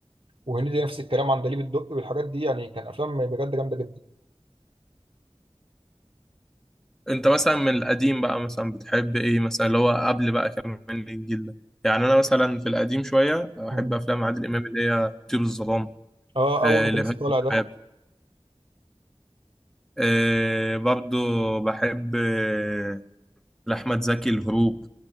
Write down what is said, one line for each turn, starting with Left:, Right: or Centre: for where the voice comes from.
Right: وهنيدي نفس الكلام عندليب الدقي والحاجات دي يعني كان افلام بجد جامده جدا
Centre: انت مثلا من القديم بقى مثلا بتحب ايه مثلا اللي هو قبل بقى كمان الجيل ده يعني انا مثلا في القديم شوية احب
Right: مم.
Centre: افلام عادل امام اللي هي طيور الظلام
Right: اه اول
Centre: آه
Right: ما كان
Centre: لبهاء
Right: لسه طالع ده
Centre: الشباب آه برضو بحب آه لأحمد زكي الهروب